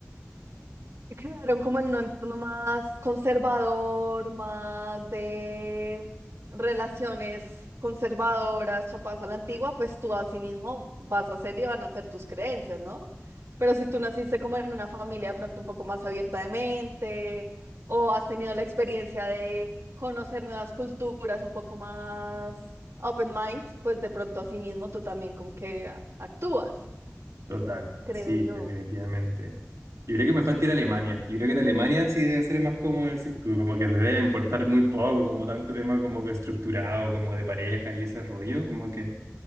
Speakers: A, on the right (about 60°); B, on the right (about 75°).
A: quedaron como en un entorno más conservador, más de relaciones conservadoras, chapadas a la antigua, pues tú así mismo vas a ser y van a ser tus creencias, ¿no? Pero si tú naciste como en una familia de pronto un poco más abierta de mente o has tenido la experiencia de conocer nuevas culturas un poco más open mind, pues de pronto así mismo tú también como que ah, actúas,
B: Total,
A: creo
B: sí,
A: yo.
B: definitivamente. Yo creo que me falta ir a Alemania. Yo creo que en Alemania sí deben ser más como decís tú, como que les debe importar muy poco, como tanto tema como que estructurado, como de pareja y ese rollo, como que...